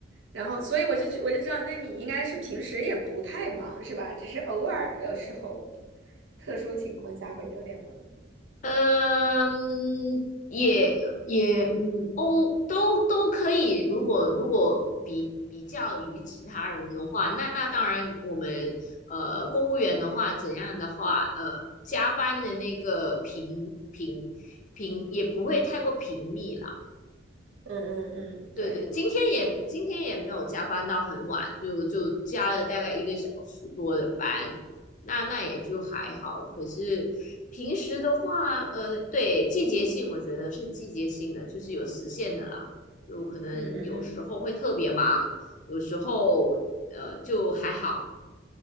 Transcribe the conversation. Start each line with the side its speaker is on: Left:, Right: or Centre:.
Right: 然后所以我就觉我就知道，那你应该是平时也不太忙是吧？只是偶尔有时候特殊情况下会有点忙。
Left: 嗯，也也嗯，欧都都可以。如果如果比比较于其他人的话，那那当然，我们呃公务员的话，怎样的话，呃，加班的那个频频频也不会太过频密啦。
Right: 嗯嗯嗯，
Left: 对对，
Right: 对，
Left: 今天也今天也没有加班到很晚，就就加了大概一个小时多的班，那那也就还好。可是平时的话，呃，对，季节性我觉得是季节性的，就是有时限的啦，就可能有时候会特别忙，
Right: 嗯嗯
Left: 有时候呃就还好。